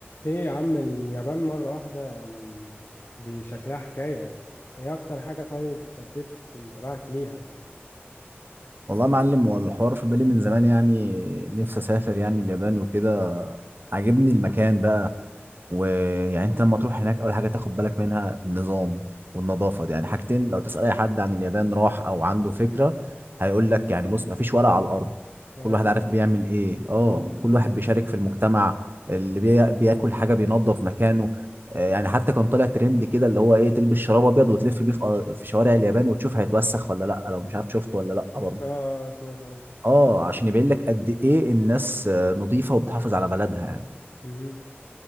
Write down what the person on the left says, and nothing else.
ايه يا عم اليابان مرة واحدة يعني دي شكلها حكاية ايه اكتر حاجة طيب شدت انتباهك ليها طيب
اه
فعلا
اه آه، سمعت عنه
مهم.